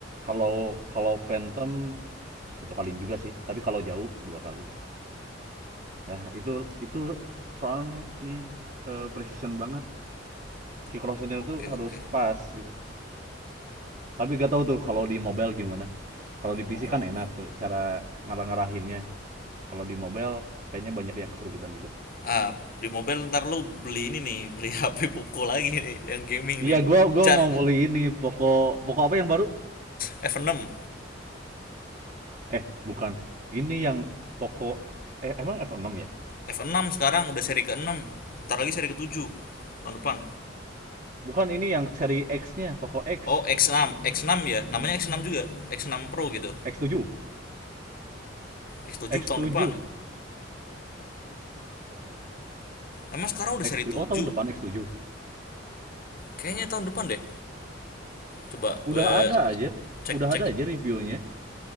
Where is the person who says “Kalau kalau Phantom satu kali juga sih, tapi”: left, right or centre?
Right